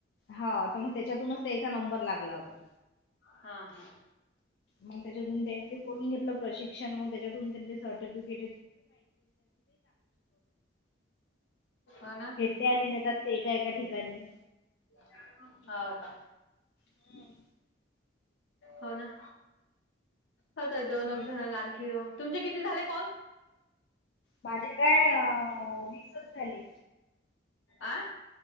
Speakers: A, on the left; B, on the left.
A: हा तर मग त्याच्यातूनच त्याचा नंबर लागला होता त
B: हा हा
A: मग त्याच्यातून त्यांनी ते करून घेतलं प्रशिक्षण मग त्याच्यातून त्यां सर्टिफिकेट
B: हो ना
A: <inaudible> ते एका एका ठिकाणी
B: हो का
A: हम्म,
B: हो ना हो तर दोनग
A: हम्म.
B: जण आण आणखी हो तुमचे किती झाले कॉल
A: माझे काय रिसच झाले
B: आं